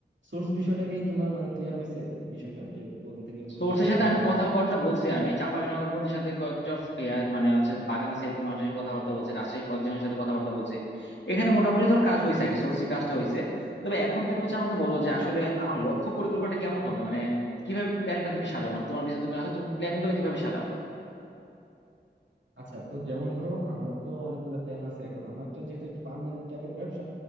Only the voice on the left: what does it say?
সোর্সের
সাথে
আমি কথাবার্তা বলছি আমি চাঁপাবিনগরগঞ্জের সাথে কয়েকটা ফ- ইয়া মানে হচ্ছে বাগান আছে এরকম মানুষজনের সাথে কথাবার্তা বলছি রাজশাহী কয়েকজনের সাথে কথাবার্তা বলছি এখানে মোটামুটি ধর কাজ হয়েছে আগে সোর্সিং কাজটা হয়েছে তবে এখন তুমি হচ্ছে আমাকে বলো যে আসলে আমার লক্ষ্য পরিকল্পনাটা কেমন হবে মানে কিভাবে প্ল্যানটা তুমি সাজাও মানে তোমার বিজনেস তুমি আসো তুমি প্ল্যান গুলো কিভাবে সাজাও